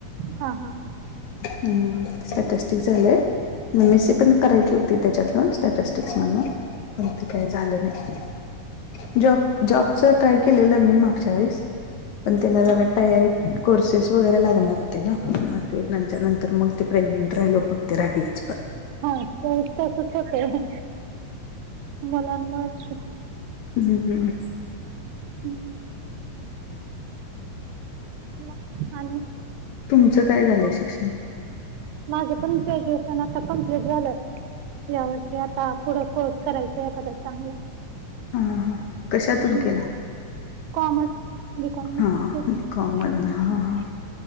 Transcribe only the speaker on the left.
हम्म, स्टॅटस्टिक झालंय, एम एस सी पण करायची होती त्याच्यातनं स्टॅटिस्टिक्स
मधनं. पण ते काही झालं नाही, जॉब जॉबचं
ट्राय केलेलं मी मागच्या वेळेस, पण
त्याला
जरा तया कोर्सेस वगैरे लागणार होते ना, मग ते <unintelligible> नंतर मग ते प्रेग्नेंट राहिलो <unintelligible> ते राहिलंच परत.
हम्म हम्म
तुमचं काय झालंय शिक्षण?
हा हा हा, कशातून
केला?
हा
बी कॉम मधून हा
हा